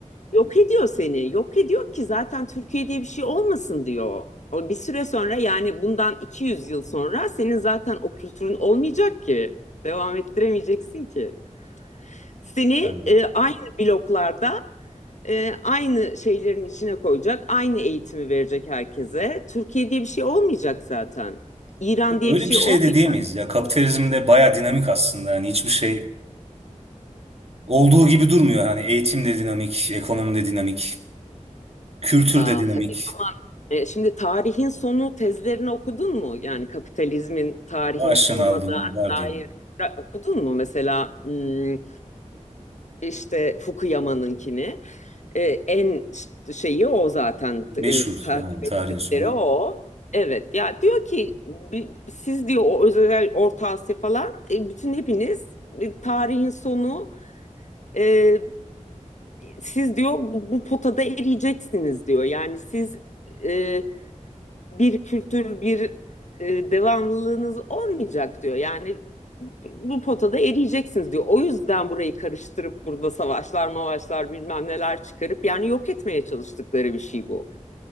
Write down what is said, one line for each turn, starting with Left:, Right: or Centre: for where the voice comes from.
Left: Yok ediyor seni. Yok ediyor ki zaten Türkiye diye bir şey olmasın diyor. O bir süre sonra yani bundan 200 yıl sonra senin zaten o kültürün olmayacak ki. Devam ettiremeyeceksin ki. Seni
Right: Yani
Left: e, aynı bloklarda e, aynı şeylerin içine koyacak, aynı eğitimi verecek herkese. Türkiye diye bir şey olmayacak zaten. İran
Right: yok,
Left: diye
Right: Öyle
Left: bir şey
Right: bir şey
Left: olmayacak.
Right: de diyemeyiz ya. Kapitalizm de baya dinamik aslında. Yani hiçbir şey olduğu gibi durmuyor. Hani eğitim de dinamik, ekonomi de dinamik, kültür
Left: Aa,
Right: de dinamik.
Left: E, şimdi tarihin sonu tezlerini okudun mu? Yani kapitalizmin tarihin
Right: Aşina
Left: sonuna
Right: aldım
Left: da
Right: var
Left: dair
Right: diyeyim.
Left: ra- okudun mu? Mesela hmm, işte Fukuyama'nınkini. E, en ş- şeyi o zaten
Right: Meşhur
Left: e, takip
Right: yani tarihin
Left: ettikleri
Right: sonu.
Left: o. Evet ya diyor ki bi- siz diyor o özel Orta Asya falan e, bütün hepiniz e, tarihin sonu e, siz diyor bu, bu potada eriyeceksiniz diyor. Yani siz e, bir kültür, bir e, devamlılığınız olmayacak diyor. Yani bu potada eriyeceksiniz diyor. O yüzden burayı karıştırıp burada savaşlar, mavaşlar bilmem neler çıkarıp yani yok etmeye çalıştıkları bir şey bu.